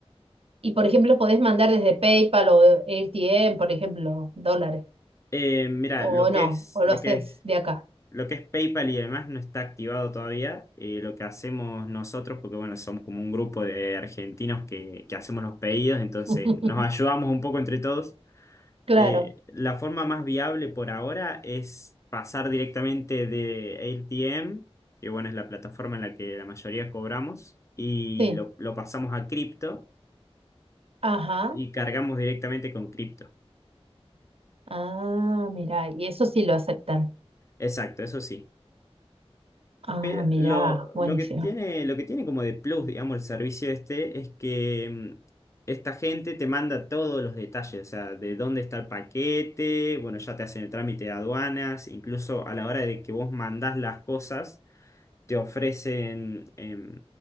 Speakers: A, on the right (about 65°); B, on the left (about 30°).
A: Y por ejemplo, podés mandar desde PayPal o AirTM, por ejemplo, dólares.
B: Eh, mira,
A: O
B: lo
A: no,
B: que es,
A: o
B: lo
A: lo haces
B: que es,
A: de acá.
B: lo que es PayPal y demás no está activado todavía. Eh, lo que hacemos nosotros, porque bueno, somos como un grupo de argentinos que, que hacemos los pedidos, entonces
A: <laughs>
B: nos ayudamos un poco entre todos.
A: Claro,
B: Eh, la forma más viable por ahora es pasar directamente de AirTM, que bueno, es la plataforma en la que la mayoría cobramos, y
A: sí.
B: lo, lo pasamos a cripto
A: Ajá.
B: y cargamos directamente con cripto.
A: Ah, mira, y eso sí lo aceptan.
B: Exacto, eso sí.
A: Ah,
B: Pero
A: mirá,
B: lo,
A: buenísimo.
B: lo que tiene, lo que tiene como de plus, digamos, el servicio este es que mm, esta gente te manda todos los detalles, o sea, de dónde está el paquete, bueno, ya te hacen el trámite de aduanas, incluso a la hora de que vos mandás las cosas, te ofrecen em,